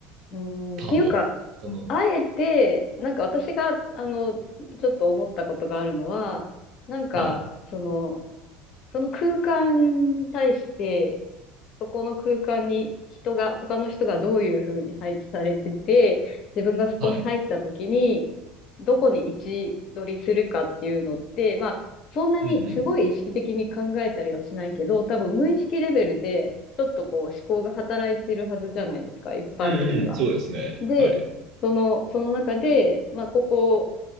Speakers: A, on the left; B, on the right.
A: うん、
B: 多分。
A: っていうか、
B: その、
A: あえて、なんか私が、あの、ちょっと思ったことがあるのは、なんか、
B: はい、
A: その、その空間に対して、そこの空間に人が、他の人がどういうふうに配置されてて、自分がそこに入った時に、
B: はい。
A: どこに位置取りするかっていうのって、まあ、そんなにすごい意識的に考えたりはしないけど、
B: うんうん。
A: 多分無意識レベルで、ちょっとこう思考が働いてるはずじゃないですか、一般的には。
B: うんうん、そうですね。
A: で、
B: はい。
A: その、その中で、まあ、ここを、